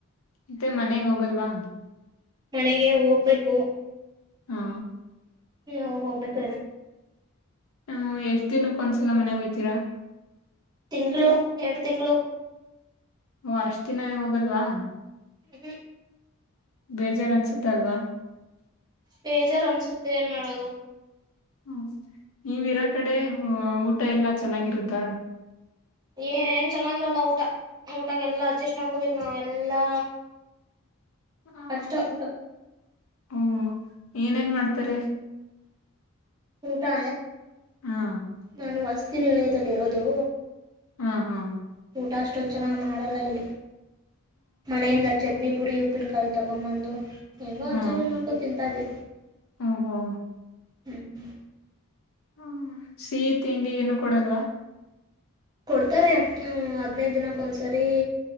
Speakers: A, on the left; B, on the right.
A: ಮತ್ತೆ ಮನೆಗೆ ಹೋಗಲ್ವಾ.
B: ಮನೆಗೆ ಹೋಗ್ಬೇಕು.
A: ಹಾ.
B: ನೀ ಹೋಗ ಹೋಗ್ಬೇಕು ಏನು.
A: ಹ್ಮ ಎಷ್ಟ್ ದಿನಕ್ಕ ಒಂದ್ಸಲ ಮನೆಗ ಬ್ತೀರಾ
B: ತಿಂಗಳು ಎರಡು ತಿಂಗಳು.
A: ಓ ಅಷ್ಟ ದಿನ ಹೋಗಲ್ವಾ.
B: ಹ
A: ಬೇಜಾರ ಅನ್ಸುತ್ತಲ್ವಾ.
B: ಬೇಜಾರ್ ಅನ್ಸುತ್ತೆ ಏನ್ ಮಾಡೋದು.
A: ಹ್ಮ ನೀವಿರೋ ಕಡೆ ಊಟ ಎಲ್ಲಾ ಚೆನ್ನಾಗಿರುತ್ತ.
B: ಏ ಏನ್ ಚೆನ್ನಾಗಾಗಿಲಲ್ಲ ಊಟ ಊಟಾಗ ಎಲ್ಲಾ ಅಡ್ಜಸ್ಟ್ ಮಾಡ್ಕೊಬೇಕ ನಾವ ಎಲ್ಲಾ
A: ಆ,
B: ಕಷ್ಟ ಊಟ.
A: ಹ್ಮ್ ಏನೇನ್ ಮಾಡ್ತಾರೆ
B: ಊಟಾ.
A: ಹಾ
B: ನಾನು ವಸ್ತಿನ ದಲ್ಲಿ ಇರೋದು
A: ಹಾ ಹಾ.
B: ಊಟ ಅಷ್ಟೊಂದ ಚೆನ್ನಾಗಿ್ ಮಾಡಲ್ಲ ಇಲ್ಲಿ ಮನೆಯಿಂದ ಚಟ್ನಿ ಪುಡಿ ಉಪ್ಪಿನಕಾಯಿ ತಗೊಂಬಂದು. ಹೆಂಗೋ
A: ಹಾ
B: ಅಜ್ಜ ಮಾಡೋಕೋ ತಿಂತ ಅದೆ.
A: ಓಹೋ
B: <inaudible>
A: ಹ್ಮ ಸಿಹಿ ತಿಂಡಿ ಏನು ಕೊಡಲ್ವಾ.
B: ಕೊಡ್ತಾರೆ ಹದ್ನೈದು ದಿನಕ್ಕ ಒಂದ್ಸರಿ